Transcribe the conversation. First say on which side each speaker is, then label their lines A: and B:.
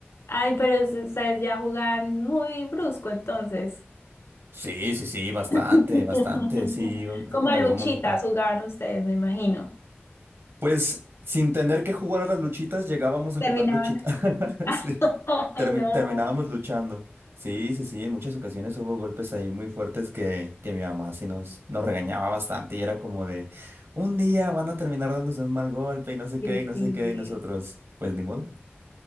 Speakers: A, on the left (about 85°); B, on the right (about 75°).
A: Ay, pero s- ustedes ya jugaban muy brusco entonces.
B: Sí, sí, sí, bastante,
A: <laughs>
B: bastante, sí, un- <laughs>
A: Como
B: en
A: a
B: algún
A: luchitas
B: momento.
A: jugaban ustedes, me imagino.
B: Pues sin tener que jugar a las luchitas, llegábamos a
A: Terminaban.
B: jugar luchitas. <laughs>
A: <laughs>
B: Sí,
A: Ay,
B: termi-
A: no.
B: terminábamos luchando. Sí, sí, sí, en muchas ocasiones hubo golpes ahí muy fuertes que, que mi mamá sí nos, nos regañaba bastante y era como de, un día van a terminar dándose un mal golpe y no sé
A: Sí,
B: qué, y no
A: sí.
B: sé qué, y nosotros, pues ni modo.